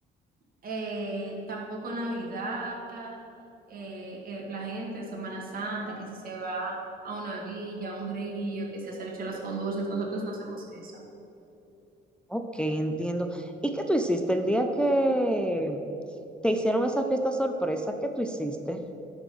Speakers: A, on the right; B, in the centre.
A: eh, tampoco Navidad, eh, eh, la gente en Semana Santa, que si se va a una villa, a un río, que se hace bicho las con dulces. Nosotros no hacemos eso.
B: Ok, entiendo. ¿Y qué tú hiciste el día que te hicieron esa fiesta sorpresa? ¿Qué tú hiciste?